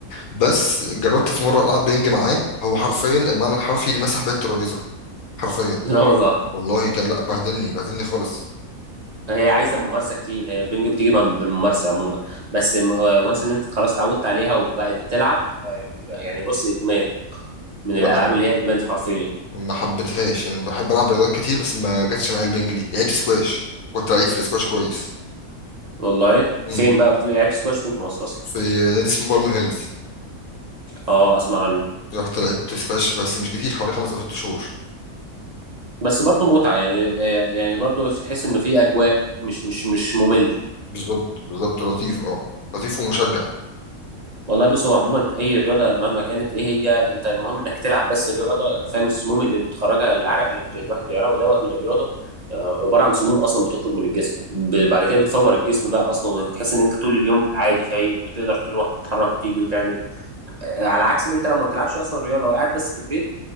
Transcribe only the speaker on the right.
لا والله
هي عايزه ممارسه كتير هي البنج بتيجي بال- بالممارسه عموما بس وانس ان انت خلاص اتعودت عليها وبقت بتلعب آه، يعني بص ادمان من
الالعاب
اللي هي ادمان حرفيا
والله
فين بقى بتلاقي لعبت سكواش فين في مصر اصلا
اه اسمع عنه
بس برضو متعه يعني آه، يعني برضو تحس انه في اجواء مش مش مش ممل
والله بص هو عموما اي رياضه مهما كانت ايه هي انت المهم انك تلعب بس رياضه فاهم السموم اللي بتخرجها العرق اللي بت... الواحد بيعرقه دوت من الرياضه آه، عباره عن سموم اصلا بتخرج من الجسم ب... بعد كده بتفور الجسم بقى اصلا وبتحس ان انت طول اليوم عادي فايق وتقدر تروح وتتحرك وتيجي وتعمل آه، على عكس ان انت لو ما بتلعبش اصلا رياضه وقاعد بس في البيت